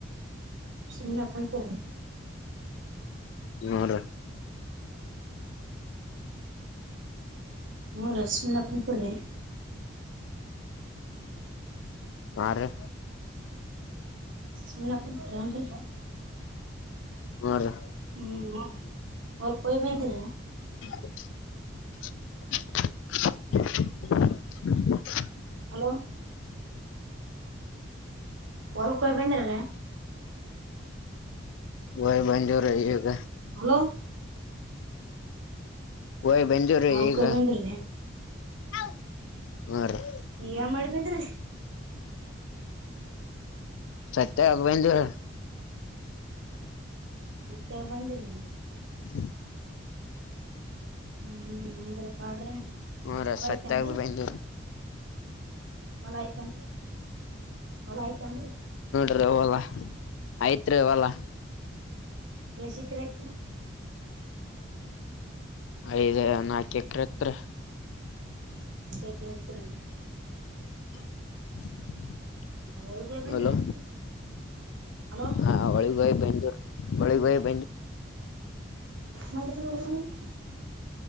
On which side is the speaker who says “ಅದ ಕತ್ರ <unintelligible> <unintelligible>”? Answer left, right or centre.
Right